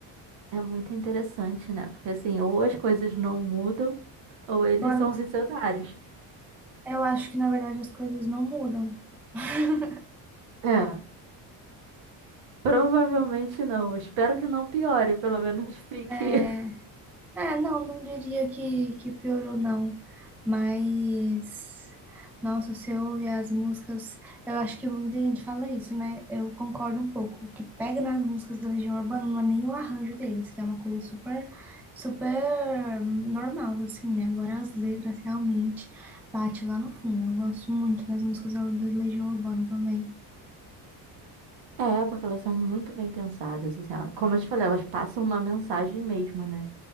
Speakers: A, on the right; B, in the centre.
A: É muito interessante, né? Porque assim, ou as coisas não mudam, ou eles
B: Eu,
A: são visionários.
B: eu acho que, na verdade, as coisas não mudam. <laughs>
A: É, provavelmente não. Espero que não piore, pelo menos fique
B: É,
A: <laughs>
B: É, não, não diria que, que piorou, não. Mas, nossa, se eu ouvir as músicas, eu acho que muita gente fala isso, né? Eu concordo um pouco. O que pega nas músicas da Legião Urbana não é nem o arranjo deles, que é uma coisa super, super normal, assim, né? Agora as letras realmente bate lá no fundo. Eu gosto muito das músicas da da Legião Urbana também.
A: É, porque elas são muito bem pensadas, assim, ó. como eu te falei, elas passam uma mensagem mesmo, né?